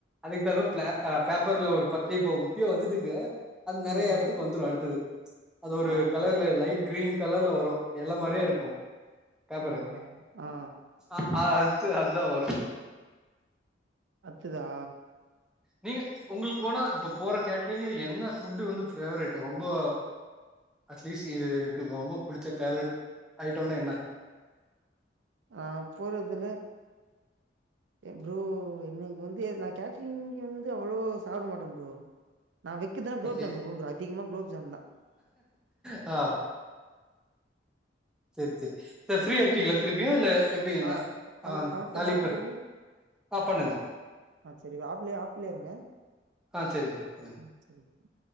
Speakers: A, in the centre; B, on the right.
A: அதுக்கு த பேப்ப பேப்பர்ல ஒரு பத்தி போ இப்பயோ வந்துட்ருக்கு அது நெறைய
B: ம்
A: எடத்துக்கு வந்துடு அடுத்தது அது ஒரு
B: ஆமா
A: கலர்ல லைட் கிரீன் கலர்ல வரோ எல மாரியே இருக்கோ பேப்பரு
B: ஆமா ப்ரோ ஆ
A: அ அ அது அதா வரோ
B: அடுத்துதா
A: நீங்க உங்களுக்கு போனா இப்ப போற கேட்றீங்கல என்ன ஃபுட்டு வந்து ஃபேவரட் ரொம்போ அட்லீஸ்ட் இது எனக்கு ரொம்ப பிடிச்ச ஃபேவரட் ஐட்டோனா என்னா
B: ஆ போறதுல ஏ ப்ரோ இன்னிக்கு வந்து நா கேட்டரிங்க வந்து அவ்வளோ சாப்ட மாட்டே ப்ரோ நா வெக்கிறது குலோப்
A: ஓகே
B: ஜாம் எப்பவு அதிகமா குலோப் ஜாம் தா
A: ஆ செரி செரி சார் ஃப்ரீயா
B: குலோ
A: இருக்கீங்களா திருப்பியு இல்ல எப்டி
B: ஆ
A: நா
B: பண்
A: அ
B: பண்ணட்டுமா
A: நாளைக்கி
B: திரும்பி
A: பே ஆ பண்ணுங்க
B: ஆ செரி இது ஆப்புலே ஆப்பலயே இருங்க
A: ஆ செரி ப்ரோ பண்ணுங்க
B: <inaudible>